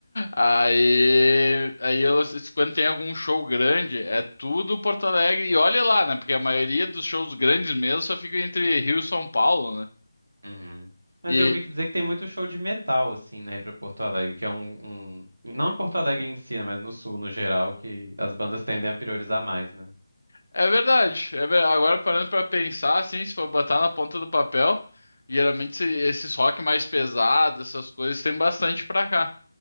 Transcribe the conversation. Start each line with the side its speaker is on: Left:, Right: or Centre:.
Left: Aí, aí eu- quando tem algum show grande, é tudo Porto Alegre. E olha lá, né? Porque a maioria dos shows grandes mesmo só fica entre Rio e São Paulo, né?
Right: Uhum. Mas
Left: E,
Right: eu vi que dizer que tem muito show de metal, assim, né, aí pra Porto Alegre, que é um, um- Não em Porto Alegre em si, né, mas no sul, no geral, que as bandas tendem a priorizar mais, né?
Left: É verdade. É ver- Agora parando pra pensar, assim, se for botar na ponta do papel, geralmente se- esses rock mais pesados, essas coisas, tem bastante pra cá.